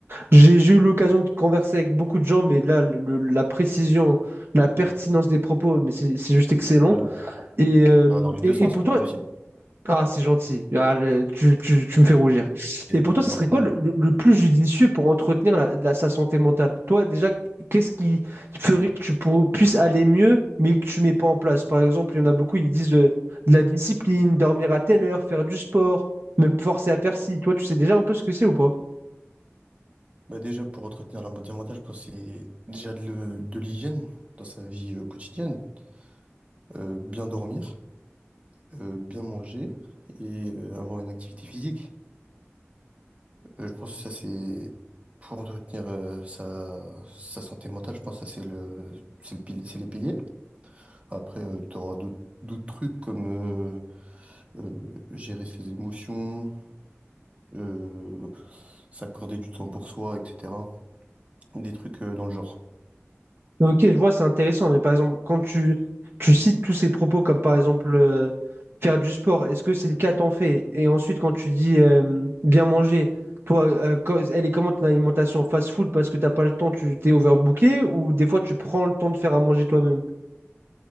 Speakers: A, on the right (about 55°); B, on the right (about 30°).
A: J'ai j'ai eu l'occasion de converser avec beaucoup de gens, mais là, le- le- la précision, la pertinence des propos, mais c'est c'est juste excellent.
B: Euh,
A: Et, euh,
B: ça va dans les
A: et,
B: deux sens,
A: et pour
B: hein,
A: toi,
B: toi aussi.
A: Ah, c'est gentil. Ah, le- tu, tu- tu me fais rougir.
B: C'est
A: Et pour toi,
B: normal.
A: ça serait quoi le, le- le plus judicieux pour entretenir la, la- sa santé mentale? Toi, déjà, qu'est-ce qui ferait que tu pour- puisses aller mieux, mais que tu mets pas en place? Par exemple, il y en a beaucoup, ils disent euh, de, la discipline, dormir à telle heure, faire du sport, me forcer à faire ci. Toi, tu sais déjà un peu ce que c'est ou pas?
B: Bah déjà, pour entretenir la bonne mentale, je pense que c'est déjà de, le- de l'hygiène dans sa vie euh, quotidienne. Euh, bien dormir, euh, bien manger et euh, avoir une activité physique. Euh, je pense que ça, c'est pour entretenir euh, sa, sa santé mentale, je pense que ça, c'est le, c'est le pili- c'est les piliers. Après, tu auras d'autres d'autres trucs comme euh, euh, gérer ses émotions, euh, s'accorder du temps pour soi, etc. Des trucs euh, dans le genre.
A: Ok, je vois, c'est intéressant, mais par exemple, quand tu, tu cites tous ces propos, comme par exemple euh, faire du sport, est-ce que c'est le cas, t'en fais? Et ensuite, quand tu dis euh, bien manger, toi, euh, co- elle est comment ton alimentation? Fast-food parce que t'as pas le temps, tu t'es overbooké, ou des fois tu prends le temps de faire à manger toi-même?